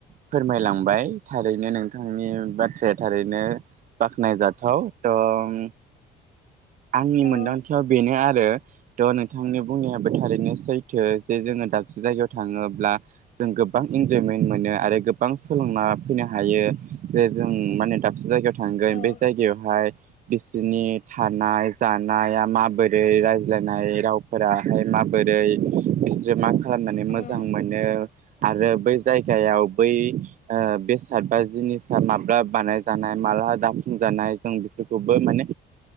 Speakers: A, on the right (about 50°); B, on the left (about 50°).
A: फोरमायलांबाय थारैनो नों थांनि बाथ्राया थारैनो बाख्नायजाथाव। दं आंनि
B: औ
A: मोनदांथियाव बेनो आरो थ' नोंथांनि बुंनायाबो थारैनो सैथो जे जोङो दाबसे जायगायाव थाङोब्ला जों गोबां इन्जयमेन्ट मोनो आरो गोबां सोलोंना फैनो हायो जे जों माने दाबसे जायगायाव थांगोन
B: औ
A: बे जायगायावहाय बेसेनि था नाय जानाया माबोरै रायज्लायनाय रावफोराहाय माबोरै जे मा खालामनानै
B: औ
A: मोजां मोनो आरो बै जायगायाव बै ओ बेसाद बा जिनिसा माब्ला बानायजानाय माला दाफुंजानाय जों बेफोरखौ बो माने